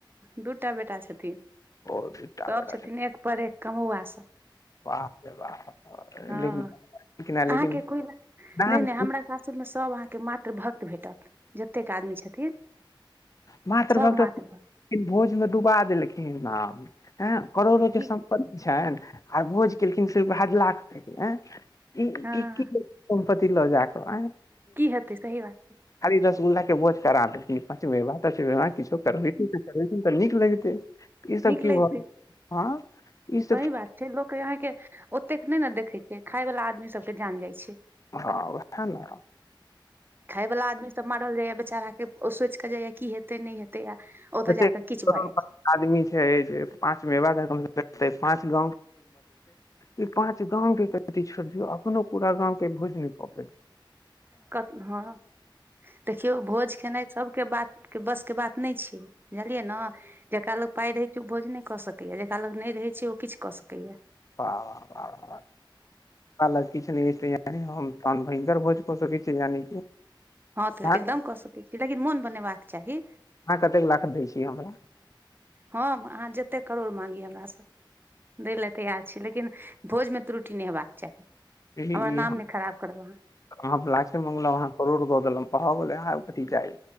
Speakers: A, on the right (about 25°); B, on the left (about 40°).
A: दूटा ती
B: ओ दूटा
A: सभ
B: बेटा
A: छथिन एक पर एक कमौआ सब
B: वाह रे
A: हँ
B: लेकिन
A: अहाँके
B: लेकिन
A: कोला
B: नाम
A: नय नय हमरा सासुरमे सभ अहाँके मात्र भक्त भेटत जतेक आदमी छथिन
B: मात्रभक्त
A: सब मात्र भक्त
B: भोजमे डुबा देलखिन ह आँ करोड़ोके
A: तऽ की
B: सम्पतति छनि आ भोज केलखिन सिर्फ हध लाख तके आ ई
A: हँ
B: ई की सम्पतति लऽ जााकऽ आ
A: की हतै सही बात छै
B: रसगुल्ला के भोज करा देेलथिन पंचमेवा तछमेवा किछो करबेन करेन तऽ नीक लगते ई सब
A: नीक
B: की
A: लगितै
B: भ हँ ई सब
A: सही बात छै लोक यहाँके ओतेक नहि ने देखै छै खाय वला आदमी सबके जान जाइत छै
B: हँ ओह ने
A: खाय वला आदमी सब मारल जाइया बेचारा के ओ सोचि कऽ जाइया की हेते नहि हे त या ओतऽ
B: एते
A: जााकऽ किछु
B: करोड़
A: भ जाय
B: पाँच आदमी पाँच मेवा पाँच गाँव ई पाँच गांव के छोड़ दियऔ अपनो पूरा गां के भोज न क प
A: कत हँ देखियौ भोज खेनाइ सभके बात बस के बात नहि छै बुझलियै ने जेकरा लोकोग पाइ रहैत छै ओ भोज नहि कऽ सकैया जेकरा लोक नहि रहैत छै ओ किछु कऽ सकैया
B: वावा वाह किछु नहि ऐ तेयारी हम कम भयकर भोज क सकै छै यानि कि
A: हँ तऽ
B: अहाँ
A: एकदम कऽ सकैत छी लेकिन मोन बनेबाक चाही
B: कतेक लाख दै छी हमरा
A: हँ अहाँ जते करोड़ मागि हमरा सॅ दै लेल तैयार छि लेकिन भोजमे त्रुटि नहि हेबाक चाही
B: ई
A: हमर
B: ई
A: नाम नहि खराब करब
B: हम लास्ट मंगलौ अहाँ करेड़ भ गेलहू भ गेलै आब कथी चाही